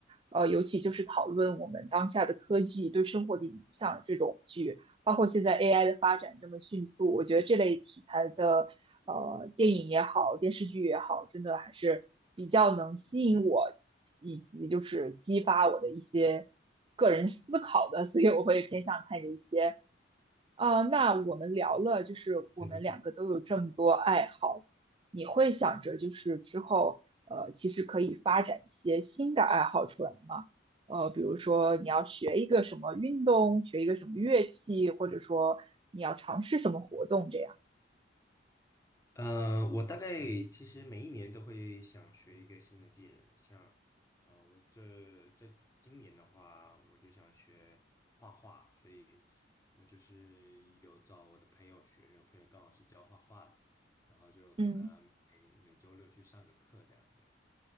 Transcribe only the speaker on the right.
呃，尤其就是讨论我们当下的科技对生活的影响这种剧。包括现在 AI 的发展这么迅速，我觉得这类题材的呃电影也好，电视剧也好，真的还是比较能吸引我，以及就是激发我的一些个人思考的，所以我会偏向看这些啊，那我们聊了，就是我们两个都有这么多爱好，
你会想着就是之后，呃，其实可以发展一些新的爱好出来吗？呃，比如说你要学一个什么运动，学一个什么乐器，或者说你要尝试什么活动这样。
嗯。